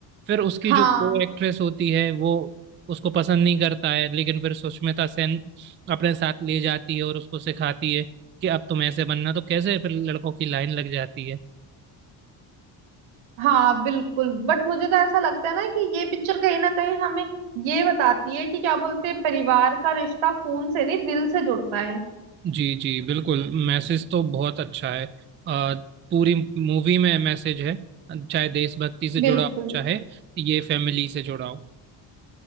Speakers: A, on the right; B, on the right.
A: फिर उसकी
B: हाँ
A: जो को एक्ट्रेस होती है वो उसको पसंद नहीं करता है लेकिन फिर सुष्मिता सेन अपने साथ ले जाती है और उसको सिखाती है कि अब तुम ऐसे बनना तो कैसे फिर लड़कों की लाइन लग जाती है
B: हाँ बिल्कुल बट मुझे तो ऐसा लगता है ना कि ये पिक्चर कहीं ना कहीं हमें ये बताती है कि क्या बोलते हैं परिवार का रिश्ता खून से नहीं दिल से जुड़ता है
A: जी जी बिल्कुल मैसेज तो बहुत अच्छा है अ, पूरी मूवी में मैसेज है चाहे देशभक्ति से जुड़ा
B: बिल्कुल
A: हो चाहे ये फैमिली से जुड़ा हो